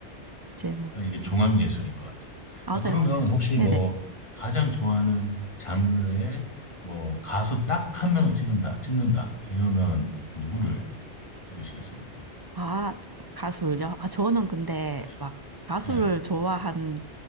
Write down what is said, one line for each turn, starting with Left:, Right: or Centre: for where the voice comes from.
Right: 이제 뭐,
Left: 약간 이게 종합
Right: 아,
Left: 예술인 것 같아요.
Right: 맞아요,
Left: 아, 그러면
Right: 맞아요.
Left: 혹시
Right: 네네.
Left: 뭐 가장 좋아하는 장르의 뭐 가수 딱 한 명을 찍는다, 찍는다 이러면 누구를 찍으시겠습니까?
Right: 아, 가수를요? 아, 저는 근데
Left: 네,
Right: 막 가수를
Left: 네,
Right: 좋아한